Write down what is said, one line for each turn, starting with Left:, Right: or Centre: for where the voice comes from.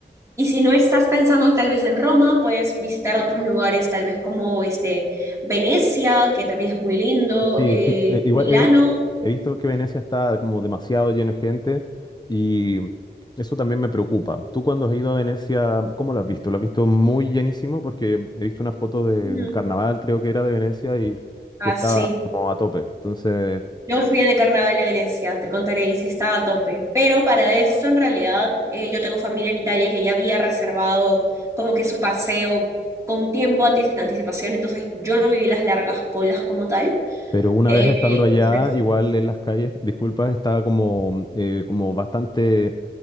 Right: y si no estás pensando tal vez en Roma, puedes visitar otros lugares, tal vez como este, Venecia, que también es muy lindo,
Left: Sí,
Right: eh,
Left: eh, eh, igual
Right: Milano.
Left: he, vi- he visto que Venecia está como demasiado lleno de gente y eso también me preocupa. Tú cuando has ido a Venecia, ¿cómo lo has visto? ¿Lo has visto muy llenísimo? Porque he visto una foto del
Right: Ujú.
Left: carnaval, creo que era de Venecia, y
Right: Ah,
Left: que estaba
Right: sí.
Left: como a tope. Entonces...
Right: Yo fui en el Carnaval de Venecia, te contaré, y sí estaba a tope. Pero para esto, en realidad, eh, yo tengo familia en Italia que ya había reservado como que su paseo con tiempo, ati- anticipación, entonces yo no viví las largas colas como tal.
Left: Pero una
Right: Eh,
Left: vez estando allá,
Right: entonces,
Left: igual en las calles, disculpas, estaba como, eh, como bastante,